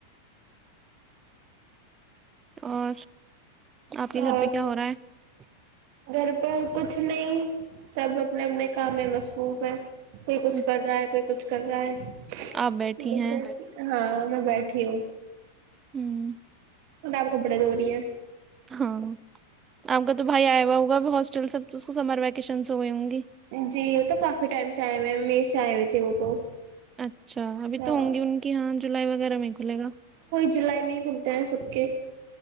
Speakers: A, on the right (about 20°); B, on the right (about 55°).
A: اور آپ کے گھر
B: اور
A: پہ کیا ہو رہا ہے
B: گھر پر کچھ نہیں سب اپنے اپنے کام میں مصروف ہے کوئی
A: ہے
B: کچھ کر رہا ہے کوئی کچھ کر رہا ہے
A: آپ بیٹھی ہیں
B: س ہاں میں بیٹھ ھی
A: ہوں
B: پناپ کپڑے دونی ہے
A: ہاں آپ کا تو بھائی آیا ہوا ہوا اب ہاسٹل سب تو اس کو سمر ویکشنس ہو گئے ہ گی
B: جی وہ تو کافی ٹائم سے آئے ہوئے ہیں مے سے آئے ہوئے تھے وہ تو
A: اچھا ابھی
B: ہاں
A: تو ہوں گی ان کی یہاں جولائی وغیرہ میں کھلے گا
B: سلائی میں ہی کھلتے ہیں سب کے